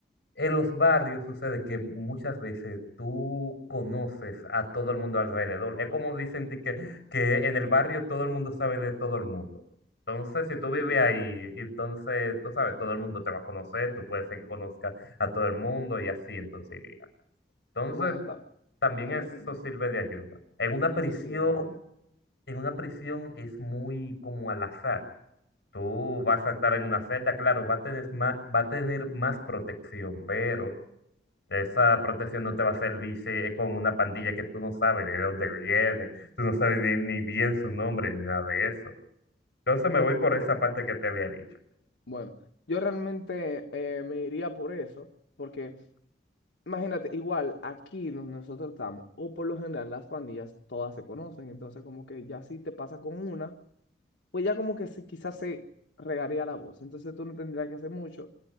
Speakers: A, on the left; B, on the left.
A: en los barrios sucede que muchas veces tú conoces a todo el mundo alrededor. Es como dicen de que, que en el barrio todo el mundo sabe de todo el mundo. Entonces, si tú vives
B: Sí,
A: ahí, entonces tú sabes, todo el mundo te va a conocer, tú puedes ser que conozcas a todo el mundo y así, entonces iría. Entonces,
B: bueno, ta-
A: también
B: también
A: eso sirve de ayuda. En una prisión,
B: es cierto.
A: en una prisión es muy como al azar. Tú vas a estar en una celda, claro, va a tener más, va a tener más protección, pero esa protección no te va a servir si es con una pandilla que tú no sabes de dónde viene, tú no sabes ni, ni bien su nombre ni nada de eso. Entonces
B: Ok.
A: me voy por esa parte que te había dicho.
B: Bueno, yo realmente eh, me iría por eso, porque Imagínate, igual aquí donde nosotros estamos, o por lo general las pandillas todas se conocen, entonces como que ya si te pasa con una, pues ya como que se, quizás se regaría la voz, entonces tú no tendrías que hacer mucho,